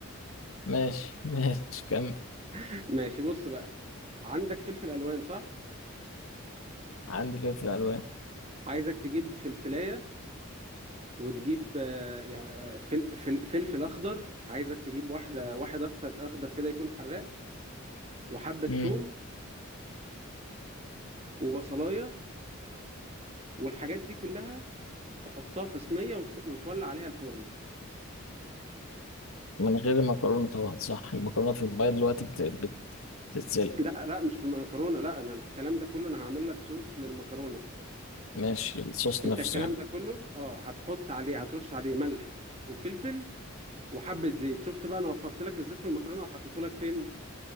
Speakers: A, on the left (about 80°); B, on the right (about 30°).
A: ماشي ماشي كمل
B: <laughs> ماشي بص بقى عندك فلفل الوان صح
A: عندي فلفل الوان
B: عايزك تجيب فلفلاية وتجيب آه، يعني آه، فل- فل- فلفل اخضر عايزك تجيب واحدة واحد اخضر اخضر كده يكون حراق وحبة توم
A: امم
B: وبصلاية والحاجات دي كلها تحطها في صينية وت- وتولع عليها الفرن
A: من غير المكرونه طبعا صح المكرونه في الميه دلوقتي بت... بتتسلق
B: لا لا مش في المكرونه لا انا الكلام ده كله انا هعمل لك صوص للمكرونه
A: ماشي الصوص
B: انت
A: نفسه
B: الكلام
A: يعني
B: ده كله اه هتحط عليه هترش عليه ملح وفلفل وحبه زيت شفت بقى انا وفرت لك الزيت في المكرونه وحطيته لك فين